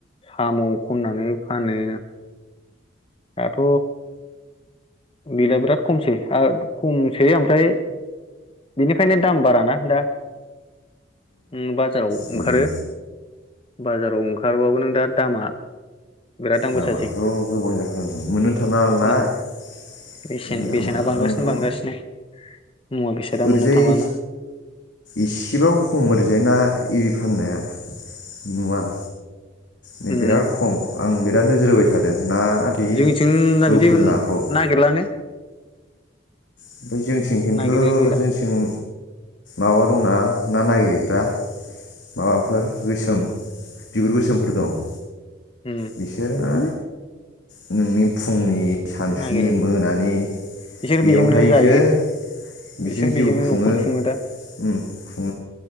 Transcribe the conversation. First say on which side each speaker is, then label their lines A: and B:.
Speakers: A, on the left (about 30°); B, on the left (about 75°).
A: साम' खननानै फानो। दाथ' गैला बिराद खमसै आ खम सै ओमफ्राय बिनिखायनो दाम बाराना दा। उम बाजाराव ओंखारो
B: बेनो
A: बाजाराव ओंखारबाबो नों दा दामा बिराद दाम
B: दामाथ'
A: गोसासै
B: गोबां जाखागोन मोननो थाङा नालाय
A: उम
B: बेखायनो
A: बेसेन
B: दामा
A: बेसेना बांगासिनो
B: आंथ'
A: बांगासिनो मुवा बेसादा
B: ओरैजाय
A: मोननो थांलाना
B: इसेबाबो खम एरैजायना ना एरि फाननाया नुवा नै
A: उम
B: बिराद खम आं बिराद नोजोर होबाय थादों ना बे
A: जोंनिथिं
B: लकेल
A: बिदि
B: नाखौ
A: नागिरलानो
B: ओमफ्राय जोंथिं खिन्थु
A: नागिरनायानो गैला
B: जोंथिं माबा दंना ना नागिरग्रा माबाफोर गोसोम बिगुर गोसोमफोर दं।
A: ओम
B: बिसोरो <unintelligible> नोंनि फुंनि सानसुनि
A: नागिरो
B: मोनानि
A: बिसोर
B: दैयाव
A: बेजोंनो
B: बिसोर
A: जायो
B: बेजों
A: बिसोर
B: जिउ
A: बेजोंनो
B: खुङो
A: न'खर दा
B: उम <unintelligible> ओ